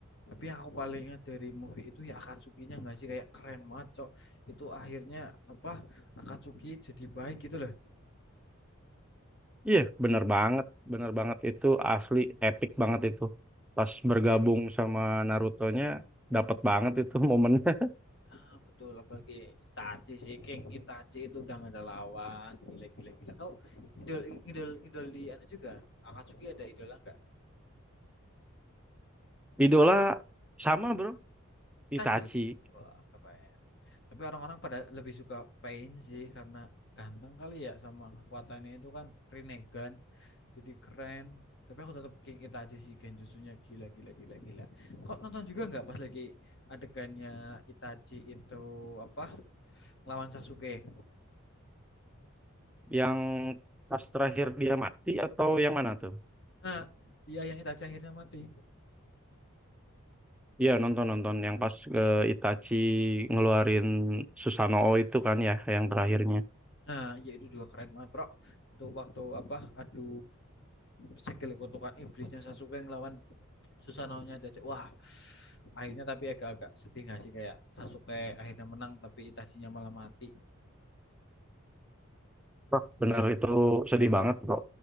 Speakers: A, on the left; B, in the centre.
A: Tapi yang aku paling ingat dari movie itu ya Akatsuki-nya nggak sih kayak keren banget, Cok. Itu akhirnya apa Akatsuki jadi baik gitu loh.
B: Iya, benar banget. Benar banget itu asli epic banget itu. Pas bergabung sama Naruto-nya dapat banget itu <laughs> momennya.
A: Ah, betul apalagi Itachi sih, King Itachi itu udah nggak ada lawan. Gila gila gila. Kau idol idol idol di anu juga. Akatsuki ada idola nggak?
B: Idola sama bro,
A: Itachi.
B: Itachi
A: Wah, keren. Tapi orang-orang pada lebih suka Pain sih karena ganteng kali ya sama kekuatannya itu kan Rinnegan. jadi keren tapi aku tetap King Itachi sih Genjutsunya gila gila gila gila kau nonton juga nggak pas lagi adegannya Itachi itu apa lawan Sasuke
B: yang pas terakhir dia mati atau yang mana tuh?
A: nah iya yang Itachi akhirnya mati
B: Iya nonton nonton yang pas eh, Itachi ngeluarin Susanoo itu kan ya yang terakhirnya.
A: nah ya itu juga keren banget bro itu waktu apa adu segel kutukan iblisnya Sasuke ngelawan Susanoo-nya Itachi wah akhirnya tapi agak-agak sedih nggak sih kayak Sasuke akhirnya menang tapi Itachinya malah mati
B: Wah, Bener itu sedih banget bro.